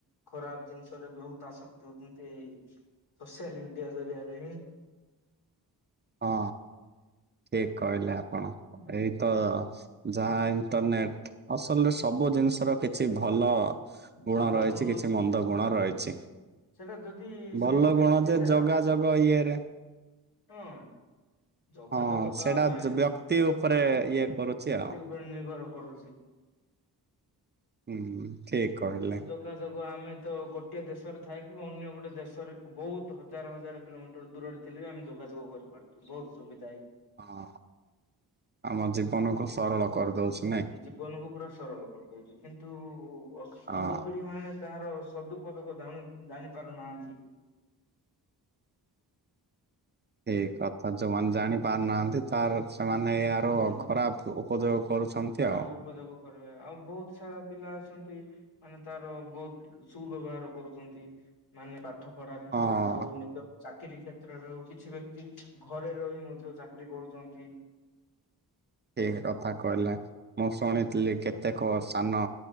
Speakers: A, on the left (about 70°); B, on the right (about 25°).
A: ଖରାପ ଜିନିଷରେ ବହୁତ ଆସକ୍ତି ହଉଛନ୍ତି ଏଇ ସୋସିଆଲ ମିଡିଆ ଜରିଆରେ ହିଁ
B: ହଁ ଠିକ୍ କହିଲେ ଆପଣ।
A: ହୁଁ
B: ଏଇ ତ ଯାହା ଇଣ୍ଟରନେଟ, ଅସଲରେ ସବୁ ଜିନିଷର କିଛି ଭଲ
A: ଭଲ
B: ଗୁଣ ରହିଛି କିଛି
A: ଅଛି ଆଉ
B: ମନ୍ଦ ଗୁଣ
A: ଖରାପ
B: ରହିଛି।
A: ଅଛି। ସେଟା ଯଦି
B: ଭଲ
A: ସେଇ ବ୍ୟକ୍ତି
B: ଗୁଣ ଯେ
A: ଟା
B: ଜଗା ଜଗ ଇଏରେ
A: ହଁ। ଯୋଗାଯୋଗ
B: ହଁ ସେଇଟା
A: ତ ଆମେ
B: ଯ- ବ୍ୟକ୍ତି ଉପରେ ଇଏ କରୁଛି
A: ବ୍ୟକ୍ତି
B: ଆଉ
A: ଉପରେ ନିର୍ଭର କରୁଛି।
B: ହୁଁ ଠିକ୍ କହିଲେ।
A: ଆଉ ଯୋଗାଯୋଗ ଆମେ ତ ଗୋଟିଏ ଦେଶରେ ଥାଏ କି ଅନ୍ୟ ଗୋଟେ ଦେଶରେ ବହୁତ ହଜାର ହଜାର କିଲୋମିଟର ଦୂରରେ ଥିଲେ। <unintelligible> ଯୋଗାଯୋଗ କରିପାରୁଥିବ କି ନାହିଁ।
B: ହଁ ଆମ ଜୀବନକୁୁ ସରଳ କରିଦଉଛି। ନାଇଁ
A: ଜୀବନକୁୁ ପୁରା ସରଳ କରିଦଉଛି କିନ୍ତୁ
B: ହଁ
A: ଯୁବପିଢି ମାନେ ଯାହାର ସଦୁପଦକ ଜାଣି ପାରୁନାହାନ୍ତି।
B: ଏଇ କଥା ଯୋଉମାନେ ଜାଣି ପାରୁନାହାନ୍ତି ତାର ସେମାନେ ଏ ଆର
A: ହୁଁ
B: ଖରାପ ଉପଯୋଗ କରୁଛନ୍ତି
A: ଖରାପ
B: ଆଉ।
A: ଉପଯୋଗ କରିବେ ଆଉ ବହୁତ ପିଲା ଅଛନ୍ତି ମାନେ ତାର ବହୁତ ସୁବ୍ୟବହାର କରୁଛନ୍ତି ମାନେ ପାଠ ପଢ଼ା କ୍ଷେତ୍ରରେ
B: ହଁ
A: ହଉ ନିଜ ଚାକିରୀ କ୍ଷେତ୍ରରେ କିଛି ବ୍ୟକ୍ତି ଘରେ ରହି ମଧ୍ୟ ଚାକିରୀ କରୁଛନ୍ତି।
B: ଠିକ କଥା କହିଲେ ମୁଁ ଶୁଣିଥିଲି କେତେକ ସାନ